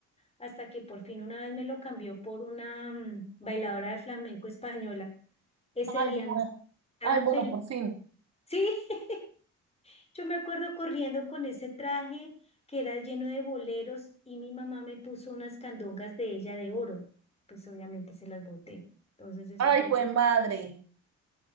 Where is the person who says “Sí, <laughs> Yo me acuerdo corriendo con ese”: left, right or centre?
Left